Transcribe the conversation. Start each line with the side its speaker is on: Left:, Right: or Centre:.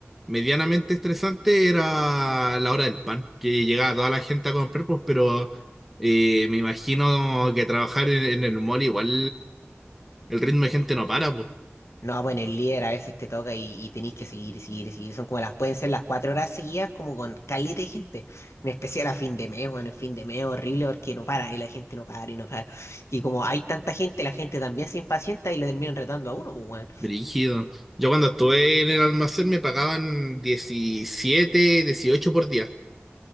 Centre: medianamente estresante era la hora del pan, que llegaba toda la gente a comprar, pues, pero eh, me imagino que trabajar en, en el mall igual el ritmo de gente no para, pues.
Left: No, bueno, el líder a veces te toca y, y tenéis que seguir, y seguir, y seguir. Son como las, pueden ser las cuatro horas seguidas, como con caleta de gente. En especial a fin de mes, bueno, el fin de mes es horrible porque no para, y la gente no para, y no para. Y como hay tanta gente, la gente también se impacienta y le terminan retando a uno, pues, weón.
Centre: Brígido. Yo cuando estuve en el almacén me pagaban 17 18 por día.